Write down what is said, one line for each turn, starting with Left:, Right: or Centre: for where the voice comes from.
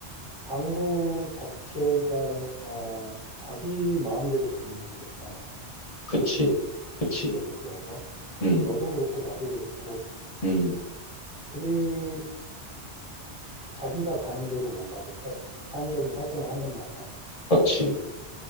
Centre: 방구 자체가, 어, 자기 마음대로 그림을 그렸잖아. 그치?
Left: 그치, 그치,
Centre: 예를 들어서.
Left: 음,
Centre: 너도 그렇고, 나도 그렇고,
Left: 음,
Centre: 우리도 자기가 가는 대로 뭔가를 해. 창의적인 활동을 한단 말이야.
Left: 맞지,